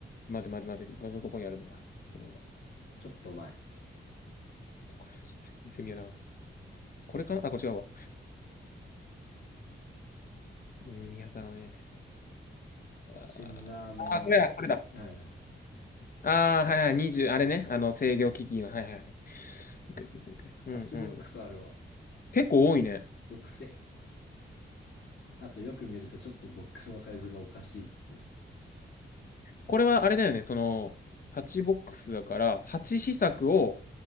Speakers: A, on the left; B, on the left.
A: 待て待て待て、画像どこにあるんだ。どこにある
B: ちょっと前。
A: どこにあるちょっと全然見当たらん。これかなあ、これ違うわ。うん、見当たらねえ。あーあー、
B: 辛ラーメン、
A: これだ、これだ。
B: はいはい、
A: ああ、はいはい、にじゅうあれね。あの、制御機器の、はいはいはい。オッケーオッケーオッケーうんうん。
B: パチボックスあるわ。
A: 結構多いね。
B: 毒性。あとよく見るとちょっとボックスのサイズがおかしいっていう。
A: これはあれだよね、その、8ボックスだから、8施策を